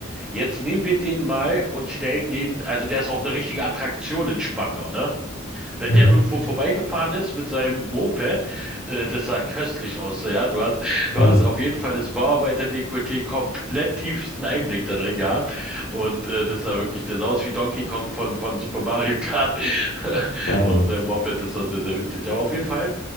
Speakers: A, in the centre; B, on the left.
A: Jetzt nehmen wir den mal und stellen den, also der ist auch eine richtige Attraktion in Spandau, ne? Wenn der
B: aha.
A: irgendwo vorbeigefahren ist mit seinem Moped, äh, das sah köstlich aus, so, ja. Du hast,
B: Wahnsinn,
A: du hast auf jeden Fall das Bauarbeiter-Dekolleté komplett tiefsten Einblick da drin gehabt. Und äh, das sah wirklich, das sah aus wie Donkey Kong von, von Super Mario Kart <laughs>
B: Wahnsinn.
A: auf seinem Moped. Das war sehr, sehr witzig. Aber auf jeden Fall